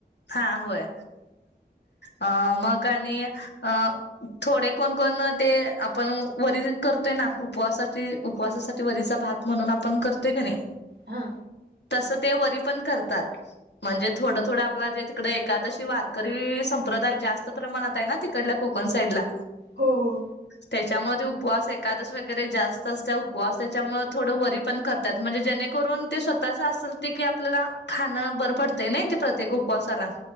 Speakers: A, on the left (about 85°); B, on the right (about 80°).
A: हा होय. अ मग आणि अ थोडे कोण कोण ते आपण वरी करतोय ना, उपवासाची उपवासासाठी वरीचा भात म्हणून आपण करतोय क नाय
B: हा.
A: तसं ते वरी पण करतात. म्हणजे थोडं थोडं, आपला जे तिकडे एकादशी वारकरी संप्रदाय जास्त प्रमाणात आय ना तिकडल्या कोकण साईडला
B: हो हो.
A: त्याच्यामुळ ते, उपवास एकादस वगैरे जास्त असता उपवास त्याच्यामुळ थोडं वरी पण करतात. म्हणजे जेणेकरून ते स्वतः च असल ते की, आपल्याला खाणं बर पड ते नाय, ते प्रत्येक उपवासाला